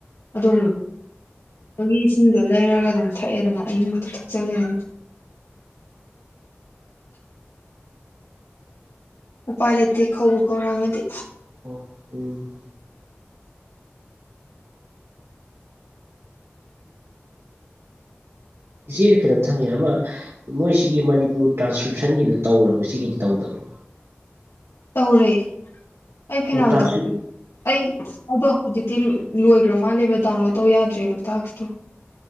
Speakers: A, on the left; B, on the right.
A: ꯑꯗꯨꯝ ꯂꯨꯕꯒꯤ ꯏꯁꯤꯡꯗꯣ ꯂꯩꯔꯒ ꯑꯗꯨꯝ ꯊꯛꯑꯦꯗꯅ ꯑꯌꯤꯡꯕꯇ ꯊꯛꯆꯜꯂꯦꯗꯅ ꯎꯄꯥꯏ ꯂꯩꯇꯦ ꯀꯧꯕ ꯈꯧꯔꯥꯡꯉꯗꯤ
B: ꯑꯣ ꯎꯝ ꯏꯆꯦꯗ ꯀꯩꯅꯣꯝꯇ ꯁꯪꯉꯤꯅ ꯑꯃ ꯃꯣꯏꯁꯤꯒꯤ ꯃꯅꯤꯄꯨꯔ ꯇ꯭ꯔꯥꯟꯁꯀ꯭ꯔꯤꯠ ꯞꯁꯟꯒꯤꯗꯨꯣ ꯇꯧꯔꯕ ꯁꯤꯒꯤꯗꯤ ꯇꯧꯗꯕꯅꯤ
A: ꯇꯧꯔꯦ ꯑꯩ ꯐꯩꯅꯥꯝ
B: ꯑꯣ ꯇ꯭ꯔꯥꯟꯁꯀ꯭ꯔꯤꯞ
A: ꯇꯧꯔ ꯑꯩ ꯑꯗꯣ ꯍꯧꯖꯤꯛꯇꯤ ꯂꯣꯏꯈ꯭ꯔ ꯃꯥꯜꯂꯦꯕ ꯗꯥꯎꯟꯂꯣꯗ ꯇꯧ ꯌꯥꯗ꯭ꯔꯦꯕ ꯇꯥꯛꯁꯇꯣ